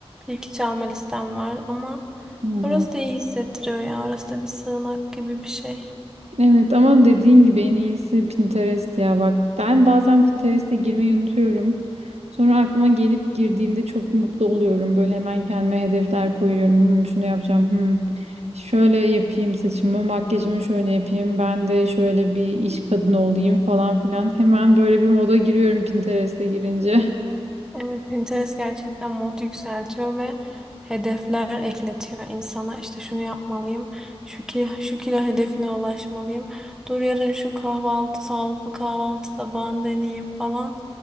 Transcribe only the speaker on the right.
Hı hı.
Evet ama dediğin gibi en iyisi Pinterest ya bak ben bazen Pinterest'e girmeyi unutuyorum. Sonra aklıma gelip girdiğinde çok mutlu oluyorum. Böyle hemen kendime hedefler koyuyorum. Hmm, şunu yapacağım. Hmm, şöyle yapayım saçımı, makyajımı şöyle yapayım. Ben de şöyle bir iş kadını olayım falan filan. Hemen böyle bir moda giriyorum Pinterest'e girince. <laughs>